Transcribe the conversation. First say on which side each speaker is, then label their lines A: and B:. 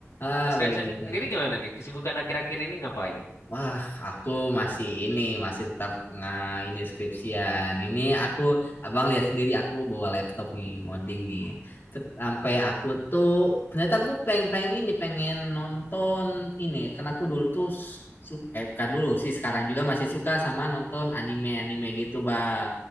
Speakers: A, on the left; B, on the left.
A: ah
B: Mas Rian
A: baik-baik
B: sendiri
A: aja.
B: gimana nih? Kesibukan akhir-akhir ini ngapain nih?
A: Wah, aku masih ini, masih tetap nggak ini skripsian. Ini aku, abang lihat sendiri, aku bawa laptop nih, ngoding nih. Ter- Sampai aku tuh, ternyata aku pengen-pengen ini, pengen nonton ini. Karena aku dulu tuh, su- su- eh, bukan dulu sih, sekarang juga masih suka sama nonton anime-anime gitu, bang.